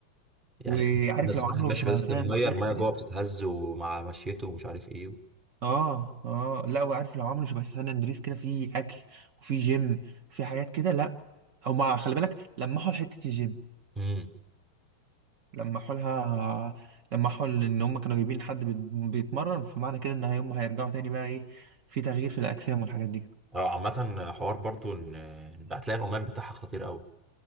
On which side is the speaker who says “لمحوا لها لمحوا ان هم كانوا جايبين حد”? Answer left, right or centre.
Right